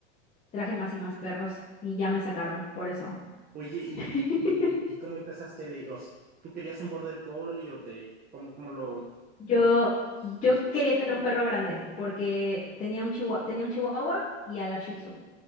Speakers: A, on the left; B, on the right.
A: traje más y más perros y ya me sacaron por eso.
B: Oye, ¿y,
A: <laughs>
B: y, y, y cómo empezaste de, o sea, tú querías un border collie o te, cómo, cómo lo
A: Yo,
B: cómo
A: yo
B: conseguiste?
A: quería tener un perro grande porque tenía un chihuahua, tenía un chihuahua y a la Shih Tzu.